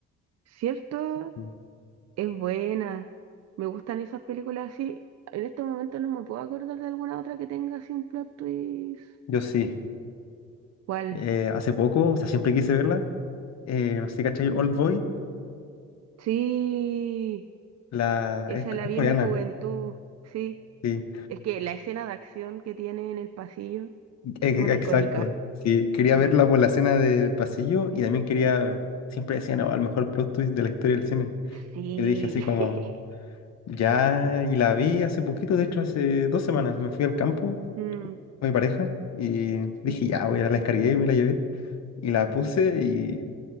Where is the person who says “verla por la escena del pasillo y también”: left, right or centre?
Left